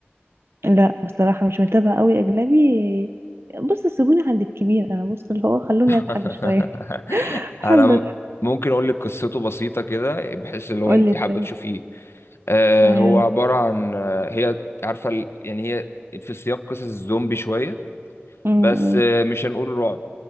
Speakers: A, on the right; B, on the left.
A: لا بصراحه مش متابعه قوي اجنبي بص سيبوني عند الكبير انا بص اللي هو خلوني
B: <laughs>
A: اضحك شويه <laughs> بحب
B: انا
A: أضحك
B: ممكن اقول لك قصته بسيطه كده بحيث لو
A: قولي
B: انت
A: طيب
B: حابه تشوفيه آه،
A: تمام
B: هو عباره عن آه، هي عارفه ال- يعني هي في سياق قصص الزومبي شويه
A: امم
B: بس آه، مش هنقول رعب